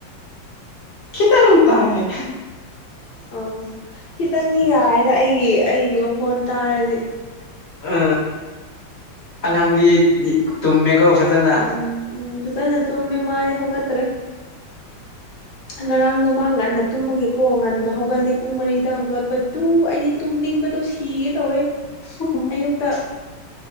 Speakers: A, on the left; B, on the left.
A: ꯈꯤꯇꯪ ꯇꯥꯏꯌꯦ
B: ꯑꯣ ꯈꯤꯇꯪꯗꯤ ꯌꯥꯔꯦꯗ ꯑꯩꯒꯤ ꯑꯩꯒꯤ ꯃꯈꯣꯟ ꯇꯥꯔꯗꯤ
A: ꯑ ꯑꯉꯥꯡꯗꯤ ꯇꯨꯝꯃꯦꯀꯣ ꯐꯖꯅ
B: ꯎꯝ ꯎꯝ ꯐꯖꯅ ꯇꯨꯝꯃꯦ ꯃꯥꯗꯤ ꯍꯧꯒꯠꯇ꯭ꯔꯦ ꯉꯔꯥꯡꯗꯣ ꯃꯥ ꯉꯟꯅ ꯇꯨꯝꯕꯒꯤꯀꯣ ꯉꯟꯅ ꯍꯧꯒꯠꯂꯦ ꯄꯨꯡ ꯃꯔꯤꯗ ꯍꯧꯒꯠꯄꯗꯨ ꯑꯩꯗꯤ ꯇꯨꯝꯅꯤꯡꯕꯗꯣ ꯁꯤꯒꯦ ꯇꯧꯋꯦ
A: <unintelligible>
B: ꯑꯌꯨꯛꯇ